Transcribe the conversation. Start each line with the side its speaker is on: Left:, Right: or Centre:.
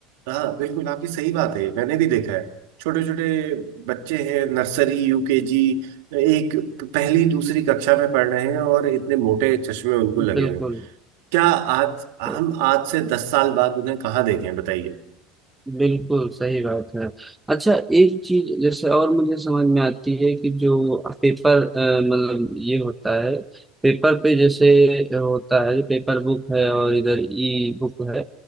Right: हाँ बिल्कुल आपकी सही बात है मैंने भी देखा है छोटे छोटे बच्चे हैं नर्सरी यूकेजी एक पहली दूसरी कक्षा में पढ़ रहे हैं और इतने मोटे चश्मे उनको
Centre: है
Right: लगे
Centre: बिल्कुल
Right: हुए हैं। क्या आज हम
Centre: तो
Right: आज से दस साल बाद उन्हें कहाँ देखें बताइए
Centre: बिल्कुल सही बात है अच्छा एक चीज जैसे और मुझे समझ में आती है कि जो पेपर अ, मतलब ये होता है पेपर पे जैसे होता है जो पेपर बुक है और इधर ई बुक है